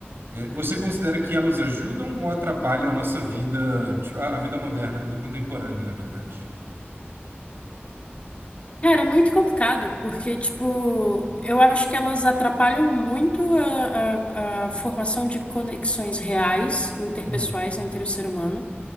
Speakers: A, on the right; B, on the left.
A: É, você considera que elas ajudam ou atrapalham a nossa vida, tipo, a, a vida moderna, a vida contemporânea, na verdade?
B: Cara, é muito complicado, porque, tipo, eu acho que elas atrapalham muito a, a, a formação de conexões reais, interpessoais
A: Uhum,
B: entre o ser humano.